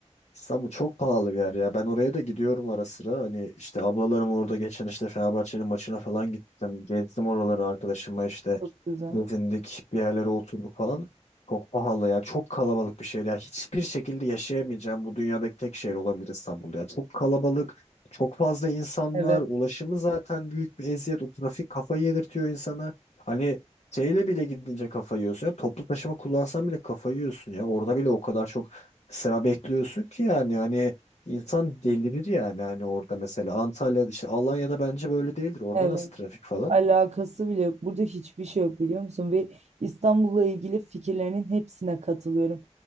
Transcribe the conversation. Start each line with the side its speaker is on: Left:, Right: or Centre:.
Left: İstanbul çok pahalı bir yer ya. Ben oraya da gidiyorum ara sıra. Hani işte ablalarım orada geçen işte Fenerbahçe'nin maçına falan gittim. Gezdim oraları arkadaşımla işte
Right: çok güzel.
Left: gezindik bir yerlere oturduk falan. Çok pahalı ya. Çok kalabalık bir şehir ya. Hiçbir şekilde yaşayamayacağım bu dünyadaki tek şehir olabilir İstanbul ya. Çok kalabalık. Çok fazla insan
Right: Evet,
Left: var. Ulaşımı zaten büyük bir eziyet. O trafik kafayı yedirtiyor insana. Hani şeyle bile gidince kafayı yiyorsun ya. Toplu taşıma kullansan bile kafayı yiyorsun ya. Orada bile o kadar çok sıra bekliyorsun ki yani hani insan delirir yani hani orada mesela Antalya'da işte Alanya'da bence böyle değildir. Orada
Right: evet.
Left: nasıl trafik falan?
Right: Alakası bile yok. Burada hiçbir şey yok biliyor musun? Ve İstanbul'la ilgili fikirlerinin hepsine katılıyorum.